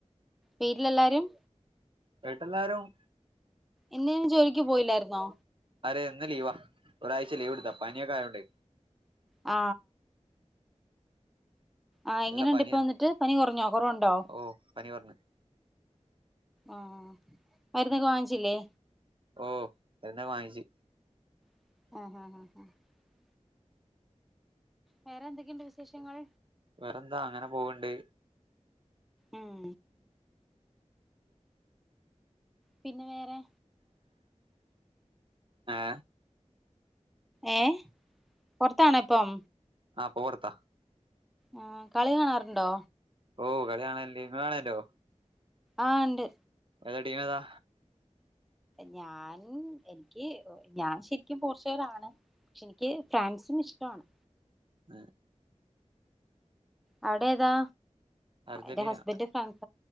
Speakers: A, in the centre; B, on the right.
A: വീട്ടിലെല്ലാരും
B: വീട്ടില്ലാരും
A: ഇന്നെജോലിക്ക് പോയില്ലായിരുന്നോ
B: ആര് ഇന്ന് ലീവാ ഒരാഴ്ച ലീവ് എടുത്ത പനിയൊക്കെ ആയോണ്ട്
A: ആ ആ
B: നല്ല
A: എങ്ങനെയുണ്ട്
B: പനിയാന്ന്
A: ഇപ്പൊന്നിട്ട് പനി കുറഞ്ഞോ കുറവ്ണ്ടോ
B: ഓ പനി കൊറഞ്ഞ്
A: ആ മരുന്നൊക്കെ വാങ്ങിച്ചില്ലേ
B: ഓ എന്നെക്കെ വാങ്ങിച്ചു
A: <unintelligible> വേറെ എന്തൊക്കെയുണ്ട് വിശേഷങ്ങൾ
B: വേറെന്താഅങ്ങനെപോവ്ണ്ട്
A: ഉം പിന്നെ വേറെ
B: ആ
A: ഏ പൊറത്താണ ഇപ്പം.
B: ആഹ് പ്പൊപൊർത്ത.
A: ആ കളി കാണാറുണ്ടോ?
B: ഓ കളി കാണല്ണ്ട് ഇങ്ങള് കാണല്ണ്ടോ?
A: ആ ഇണ്ട്
B: ഏതാ ടീം ഏതാ?
A: ഞാൻ എനിക്ക് ഞാൻ ശരിക്കും പോർച്ചുഗലാണ്. എനിക്ക് ഫ്രാൻസും ഇഷ്ട്ടാണ്.
B: എ
A: അവിടെ ഏതാ
B: അർജന്റീന
A: എന്റെ ഹസ്ബൻഡ് ഫ്രാൻസ